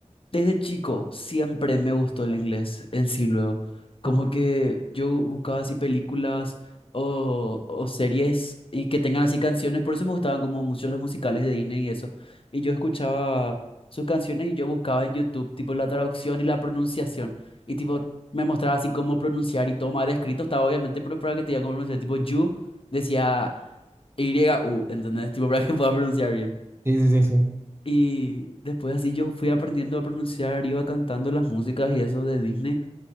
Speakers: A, on the left (about 45°); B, on the right (about 20°).
A: Desde chico siempre me gustó el inglés en sí luego. Como
B: Ajá.
A: que yo buscaba así películas o, o series y que tengan así canciones. Por eso me gustaban como mucho los musicales de Disney y eso. Y yo escuchaba sus canciones y yo buscaba en YouTube tipo la traducción y la pronunciación. Y tipo me mostraba así cómo pronunciar y todo mal escrito estaba obviamente, pero para que te diga cómo pronunciar. Tipo you decía Y-U, ¿entendés? Tipo para que pueda pronunciar bien.
B: Sí, sí, sí, sí.
A: Y después así yo fui aprendiendo a pronunciar, iba cantando las músicas y eso de Disney.